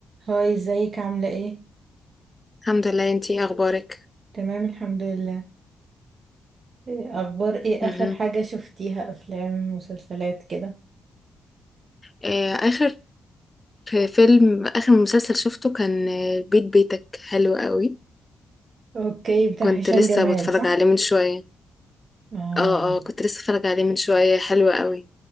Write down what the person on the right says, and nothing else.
هاي ازيك عاملة ايه؟
تمام الحمد لله إيه اخبار ايه
اخر حاجة شفتيها افلام مسلسلات كده
اوكي بتاع
هشام
جمال
صح؟
اه